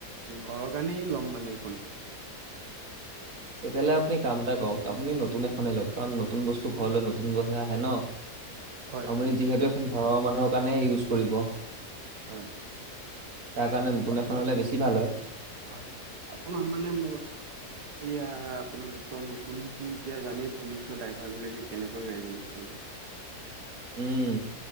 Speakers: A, on the right (about 85°); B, on the right (about 60°).
A: ঘৰৰ কাৰণেই ল'ম মানে এইখন
B: তেতিয়াহালে আপুনি কাম এটা কৰক আপুনি নতুন এখনেই লওক কাৰণ নতুন বস্তু ঘৰলৈ নতুন কৈহে আহে ন
A: হয়
B: আপুনি
A: হয়
B: যিহেতু এখন ঘৰৰ মানুহৰ কাৰণে ইউজ কৰিব
A: হয়।
B: তাৰ কাৰণে নতুন
A: আপোনাৰ
B: এখন হ'লে বেছি ভাল হয়।
A: হয় আপোনাৰ মানে মই এইয়া আপোনাৰ কি কয় নতুনতটো এতিয়া জানেই পুলিচৰ ড্ৰাইভাৰ বিলাকে কেনেকৈ গাড়ী বিলাক চলে।
B: উম